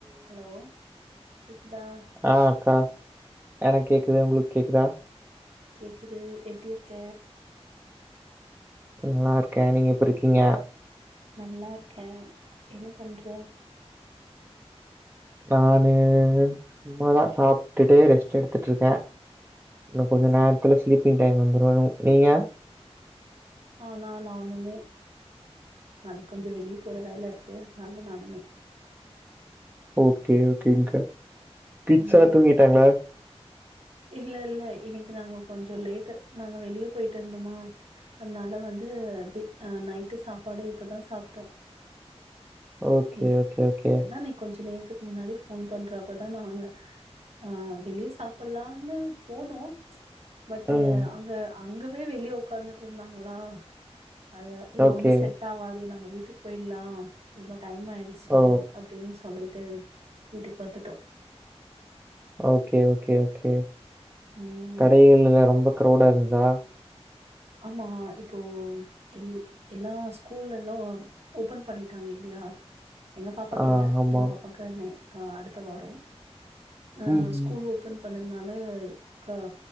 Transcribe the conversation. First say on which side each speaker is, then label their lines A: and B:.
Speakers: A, on the right; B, on the right.
A: Hello கேக்குதா
B: ஆ அக்கா எனக்கு கேக்குது உங்களுக்கு கேக்குதா
A: கேக்குது எப்டி இருக்க
B: நல்லா இருக்கே நீங்க எப்டி இருக்கீங்க
A: நல்லா இருக்கே என்ன பண்ற
B: நானு சும்மாதா சாப்ட்டுட்டு ரெஸ்ட் எடுத்துட்டு இருக்கே இன்னு கொஞ்ச
A: சரி
B: நேரத்துல ஸ்லீப்பிங் டைம் வந்துரு நீங்க
A: ஆனா நானுமே நாளைக்கி கொஞ்சோ வெளிய போற வேல இருக்கு அதனால நானுமே
B: ஓகே ஓகேங்கக்கா கிட்ஸ்
A: ம்
B: எல்லா தூங்கிட்டாங்களா
A: இல்ல இல்ல இன்னக்கி நாங்க கொஞ்சோ லேட்டு நாங்க வெளிய போயிட்டு வந்தோமா அதனால வந்து அப்டியே ஆ நைட்டு சாப்பாடே இப்பதா சாப்ட்டோ
B: ஓகே
A: இ
B: ஓகே ஓகே
A: இப்பதானே கொஞ்ச நேரத்துக்கு முன்னாடி ஃபோன் பண்ற அப்பதா நாங்க ஆ வெளிய சாப் ல்லான்னு போனோ பட்
B: ம்
A: அங்க அங்கவே வெளிய ஒக்காந்துட்டு இருந்தாங்களா ஆ இது
B: ஓகே
A: ஒண்ணு செட் ஆவாது நம்ம வீட்டுக்கு போயிடலா ரொம்ப டைம் ஆயிடுச்சி
B: ஓ
A: அப்டின் சொல்லிட்டு வீட்டுக்கு வந்துட்டோ
B: ஓகே ஓகே ஓகே
A: ம்.
B: கடைகள்ல எல்லா ரொம்ப கிரவ்ட்டா இருந்ததா
A: ஆமா இப்போ எல் எல்லா ஸ்கூல்ல எல்லா ஓபன் பண்ணிட்டாங்க இல்லயா எங்க பாப்பாக்கு
B: ஆ
A: இல்ல
B: ஆமா
A: எங்க பாப்பாக்கு நே ஆ அடுத்த வாரோ அ
B: ம்
A: ஸ்
B: ம்
A: கூல் ஓபன் பண்ணதுனால க